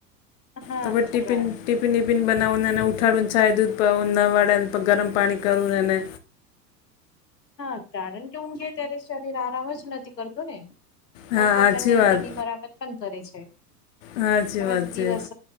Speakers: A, on the left (about 80°); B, on the left (about 55°).
A: હા
B: તો પ ટિપીન
A: છોકરાઓને
B: ટિફિન વિફિન બનાવનેને ઉઠાડુંને ચાય દૂધ પાવ નવાળેને ગરમ પાણી કરું ને ને.
A: હા કારણ કે ઉઘીએ ત્યારે શરીર આરામ જ નથી કરતો ને. પણ
B: હા
A: પોતાની
B: સાચી
A: અંદર
B: વાત
A: ની મરામત પન કરે છે,
B: સાચી
A: એવે
B: વાત
A: તો દિવસ
B: છે